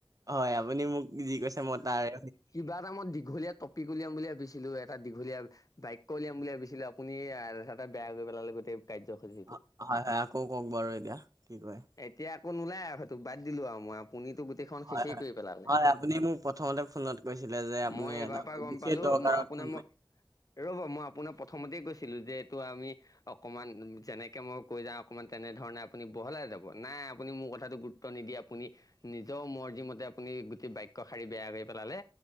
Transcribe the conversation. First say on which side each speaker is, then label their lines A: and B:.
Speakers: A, on the right; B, on the left.
A: হয় আপুনি মোক যি কৈছে মই তাৰে
B: কিবা এটা মই দীঘলীয়া টপিক উলিয়াম বুলি ভাবিছিলো এটা দীঘলীয়া বাইক কলিয়াম বুলি ভাবিছিলো আপুনি তাতে বেয়া কৰি পেলালে গোটেই। কাৰ্যসূচীটো
A: হয়, হয়, আকৌ কওক বাৰু এতিয়া, কি কয়।
B: এতিয়া আকৌ নোলাই আৰু সেইটো বাদ দিলো আৰু মই আপুনিতো গোটেইখন
A: হয়,
B: শেষেই
A: হয়,
B: কৰি পেলালে
A: হয় আপুনি মোক প্ৰথমতে ফোনত কৈছিলে যে আপুনি
B: মই এইবাৰ
A: এটা
B: পৰা গম
A: বিশেষ
B: পালো
A: দৰকাৰত
B: মই আপোনাৰ
A: <inaudible>
B: মই ৰ'ব মই আপোনাক প্ৰথমতেই কৈছিলোঁ যে এইটো আমি অকণমান যেনেকে মই কৈ যাওঁ অকিমান তেনে ধৰণে আপুনি বহলাই যাব, নাই আপুনি মোৰ কথাটো ত নিদি আপুনি নিজৰ মৰ্জিমতে আপুনি গোটেই বাক্য শাৰী বেয়া কৰি পেলালে।